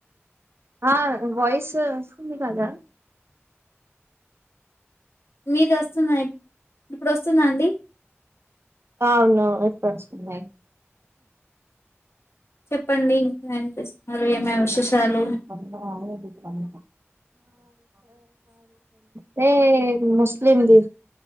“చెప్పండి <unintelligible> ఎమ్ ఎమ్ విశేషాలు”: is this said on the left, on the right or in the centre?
Left